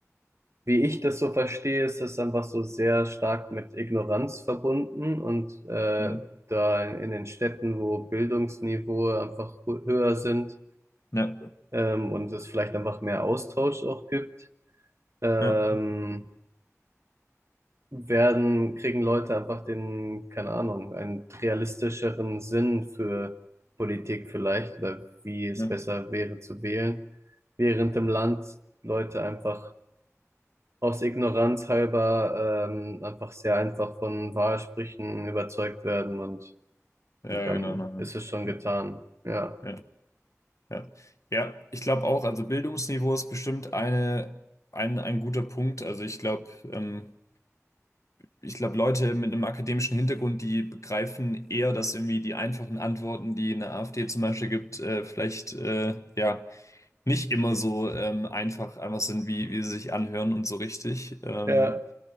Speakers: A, on the right; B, on the left.
A: Wie ich das so verstehe, ist das einfach so sehr stark mit Ignoranz verbunden und äh,
B: Mhm.
A: da in, in den Städten, wo Bildungsniveau einfach hö- höher sind
B: ja,
A: ähm, und es vielleicht einfach mehr Austausch auch gibt, ähm,
B: ja,
A: werden, kriegen Leute einfach den, keine Ahnung, einen realistischeren Sinn für Politik vielleicht oder wie es
B: ja,
A: besser wäre zu wählen, während im Land Leute einfach aus Ignoranz halber ähm, einfach sehr einfach von Wahlsprüchen überzeugt werden und,
B: ja,
A: und dann
B: genau. na,
A: ist es schon
B: Ja,
A: getan. Ja,
B: ja. Ja, ja, ich glaube auch, also Bildungsniveau ist bestimmt eine, ein, ein guter Punkt. Also ich glaube, ähm, ich glaube, Leute mit einem akademischen Hintergrund, die begreifen eher, dass irgendwie die einfachen Antworten, die eine AfD zum Beispiel gibt, äh, vielleicht äh, ja nicht immer so ähm, einfach einfach sind, wie, wie sie sich anhören und so richtig. Ähm,
A: ja,